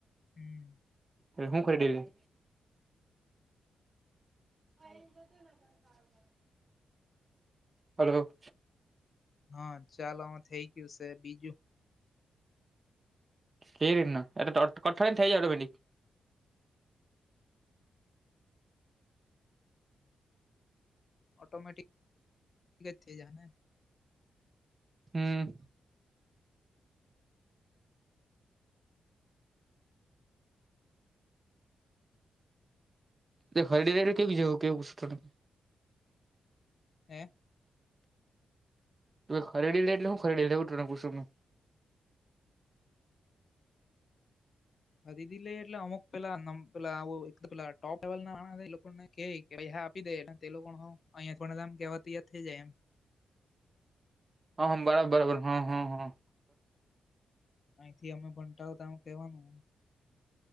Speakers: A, on the left (about 55°); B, on the right (about 40°).
A: હમ-
B: એરે હું કરી ડેલી- અ તો હલો
A: હા ચાલો આમાં થઈ ગયું છે બીજું-
B: ક રીટ ના એટ કઠર થઈ જાડ પેડી-
A: ઓટોમેટિક થ જ ને-
B: હમ એ ખરી ર કેવું જેવું કેવું પૂછ-
A: હમ
B: ત ખરીડી લ એટલે હું ખરીડી લેવ તુંને પૂછું મે-
A: ખરીદી લે એટલે અમુક પેલા પેલા પેલા ટોપ લેવલ નાણા એ લોકો- કે કે પૈસા આપી દે તેલો પણ અહીયાયા પણમ કેવાથી યયાદ થઈ જાય એમ-
B: હ હમ બરાબર બરાબર હા હા હા-
A: અહીંથી અમે ભંતાાવોતા એું કેવાનું એમ-